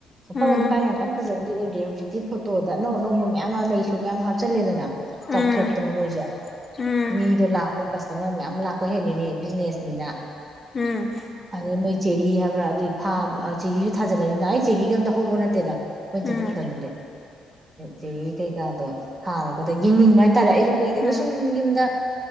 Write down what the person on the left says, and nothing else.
ꯎꯝ
ꯎꯝ
ꯎꯝ
ꯎꯝ
ꯎꯝ
ꯎꯝ